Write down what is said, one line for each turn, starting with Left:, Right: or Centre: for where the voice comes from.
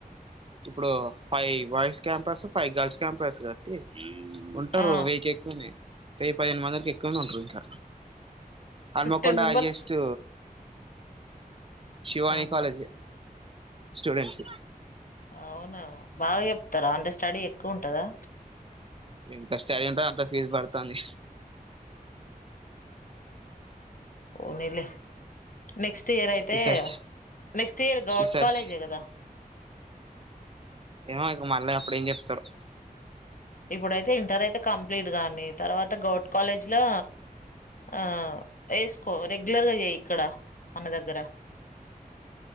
Right: ఇప్పుడు five boys campus five girls campus గా ఉంటారు
Left: ఆ
Right: వెయ్యికి ఎక్కువనే వెయ్యి పదిహేను వందలకి ఎక్కువనే ఉంటారు ఇంకా Hanamkonda
Left: fifteen members
Right: highest Shivani
Left: ఆహా
Right: కాలేజీ స్టూడెంట్స్
Left: అవునా బాగా చెప్తారా అంటే స్టడీ ఎక్కువ ఉంటందా
Right: ఎంత స్టడీ ఉంటుందో అంత ఫీజ్ పడుతుంది
Left: పోనీలే నెక్స్ట్ ఇయర్ అయితే
Right: ఈ సారి
Left: నెక్స్ట్ ఇయర్ గౌట్
Right: ఈసారి
Left: కాలేజే కదా
Right: ఏమో ఇక మళ్ళీ అప్పుడు ఏం చెప్తారు
Left: ఇప్పుడైతే ఇంటర్ అయితే కంప్లీట్ గాని తర్వాత గౌట్ కాలేజ్ లో ఆ వేసుకో రెగ్యులర్గా చేయి ఇక్కడ మన దగ్గర